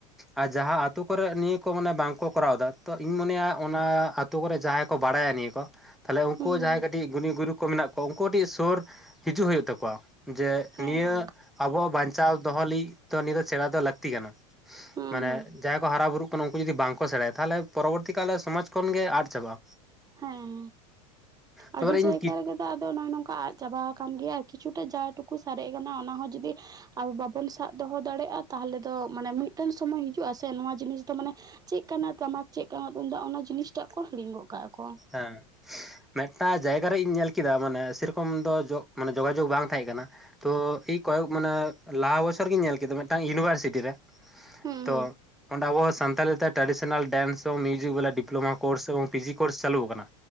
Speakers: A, in the centre; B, on the right.
A: ᱟᱨ ᱡᱟᱦᱟᱸ ᱟᱹᱛᱩ ᱠᱚᱨᱮ ᱱᱤᱭᱟᱹ ᱠᱚ ᱢᱟᱱᱮ ᱵᱟᱝᱠᱚ ᱠᱚᱨᱟᱣ ᱫᱟ ᱛᱚ ᱤᱧ ᱢᱚᱱᱮᱭᱟ ᱚᱱᱟ ᱟᱹᱛᱩ ᱟᱹᱛᱩ ᱠᱚᱨᱮ ᱡᱟᱦᱟᱸᱭ ᱠᱚ ᱵᱟᱲᱟᱭᱟ ᱱᱤᱭᱟᱹ ᱠᱚ ᱛᱟᱦᱚᱞᱮ ᱩᱱᱠᱩ
B: ᱦᱩᱸ
A: ᱡᱟᱦᱟᱸᱭ ᱠᱟᱹᱴᱤᱡ ᱜᱩᱱᱤ ᱜᱩᱨᱤᱩ ᱠᱚ ᱢᱮᱱᱟᱜ ᱠᱚᱣᱟ ᱩᱱᱠᱩ ᱠᱟᱹᱴᱤᱡ ᱥᱳᱩᱨ ᱦᱤᱡᱩᱜ ᱦᱩᱭᱩᱜ ᱛᱟᱠᱚᱣᱟ᱾ ᱡᱮ
B: ᱦᱮᱸ
A: ᱱᱤᱭᱟᱹ
B: ᱦᱮᱸ
A: ᱟᱵᱚᱣᱟᱜ ᱵᱟᱧᱪᱟᱣ ᱫᱚᱦᱚ ᱞᱟᱹᱜᱤᱫ ᱫᱚ ᱱᱤᱭᱟᱹ ᱫᱚ ᱥᱮᱬᱟ ᱫᱚ ᱞᱟᱹᱠᱛᱤ ᱠᱟᱱᱟ᱾
B: ᱦᱩᱸ
A: ᱢᱟᱱᱮ
B: ᱦᱩᱸ
A: ᱡᱟᱦᱟᱸᱭ ᱠᱚ ᱦᱟᱨᱟ ᱵᱩᱨᱩᱜ ᱠᱟᱱᱟ ᱩᱱᱠᱩ ᱡᱚᱫᱤ ᱵᱟᱝᱠᱚ ᱥᱮᱲᱟᱭᱟ ᱛᱟᱦᱞᱮ ᱯᱚᱨᱚᱵᱚᱨᱛᱤ ᱠᱟᱞ ᱥᱚᱢᱟᱡᱽ ᱠᱷᱚᱱᱜ ᱜᱮ ᱟᱫ ᱪᱟᱵᱟᱜᱼᱟ᱾
B: ᱦᱮᱸ
A: ᱛᱟᱯᱚᱨᱮ
B: ᱟᱹᱰᱤ ᱡᱟᱭᱜᱟ
A: ᱤᱧ ᱠᱤ
B: ᱨᱮᱜᱮ ᱫᱚ ᱟᱫᱚ ᱱᱚᱭ ᱱᱚᱝᱠᱟ ᱟᱫᱽ ᱪᱟᱵᱟ ᱠᱟᱱ ᱜᱮ ᱮᱭᱟ ᱠᱤᱪᱷᱩᱴᱟ ᱡᱟ ᱴᱩᱠᱩ ᱥᱟᱨᱮᱡ ᱟᱠᱟᱱᱟ ᱚᱱᱟ ᱦᱚᱸ ᱡᱩᱫᱤ ᱟᱨ ᱵᱟᱵᱚᱱ ᱥᱟᱵ ᱫᱚᱦᱚ ᱫᱟᱲᱮᱭᱟᱜᱼᱟ, ᱛᱟᱦᱚᱞᱮ ᱫᱚ ᱢᱟᱱᱮ ᱢᱤᱫᱴᱮᱱ ᱥᱚᱢᱚᱭ ᱦᱤᱡᱩᱜ ᱟᱥᱮ ᱱᱚᱣᱟ ᱡᱤᱱᱤᱥ ᱫᱚ ᱢᱟᱱᱮ ᱪᱮᱫ ᱠᱟᱱᱟ ᱴᱟᱢᱟᱠ ᱪᱮᱫ ᱠᱟᱱᱟ ᱛᱩᱢᱫᱟᱜ ᱚᱱᱟ ᱡᱤᱱᱤᱥ ᱴᱟᱜ ᱠᱚ ᱦᱤᱲᱤᱧᱜᱚᱜ ᱠᱟᱜᱼᱟ ᱠᱚ᱾
A: ᱦᱮᱸ ᱢᱤᱫᱴᱟᱝ ᱡᱟᱭᱜᱟ ᱨᱮᱧ ᱧᱮᱞ ᱠᱮᱫᱟ, ᱢᱟᱱᱮ ᱥᱮᱨᱚᱠᱚᱢ ᱫᱚ ᱡᱚᱜ ᱢᱟᱱᱮ ᱡᱳᱜᱟᱡᱳᱜᱽ ᱵᱟᱝ ᱛᱟᱦᱮᱸ ᱠᱟᱱᱟ᱾ ᱛᱚ ᱤᱧ ᱠᱚᱭᱚᱜ ᱢᱟᱱᱮ ᱞᱟᱦᱟ ᱵᱚᱪᱷᱚᱨ ᱜᱤᱧ ᱧᱮᱞ ᱠᱮᱫᱟ ᱢᱤᱫᱴᱟᱝ ᱤᱭᱩᱱᱤᱵᱷᱟᱨᱥᱤᱴᱤ ᱨᱮ
B: ᱦᱩᱸ
A: ᱛᱚ ᱚᱸᱰᱮ ᱟᱵᱚ ᱥᱟᱱᱛᱟᱞᱤ ᱛᱮ ᱴᱨᱟᱰᱤᱥᱚᱱᱟᱞ ᱰᱮᱱᱥ ᱮ ᱢᱤᱭᱣᱡᱤᱠ ᱵᱟᱞᱟ ᱰᱤᱯᱞᱳᱢᱟ ᱠᱳᱨᱥ ᱮᱵᱚᱝ ᱯᱤᱡᱤ ᱠᱳᱥ ᱪᱟᱹᱞᱩ ᱟᱠᱟᱱᱟ